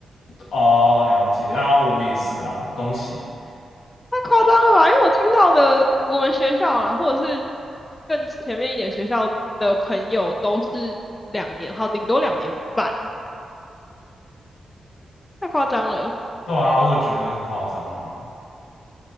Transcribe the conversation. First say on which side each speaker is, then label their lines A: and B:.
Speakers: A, on the left (about 80°); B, on the left (about 25°).
A: 哦，了解，然后我们也是啊，恭喜，
B: 太夸张了吧？因为我听到的，我们学校啦，或者是更前面一点学校的朋友，都是两年，好，顶多两年半，太夸张了。
A: 对啊，我也觉得很夸张哦，